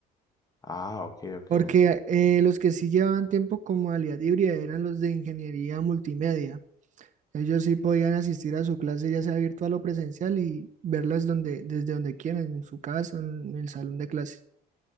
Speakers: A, on the left; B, on the right.
A: Ah, ok, ok.
B: Porque eh, los que sí llevaban tiempo con modalidad híbrida eran los de ingeniería multimedia. Ellos sí podían asistir a su clase, ya sea virtual o presencial, y verlas donde, desde donde quieran, en su casa, en el salón de clase.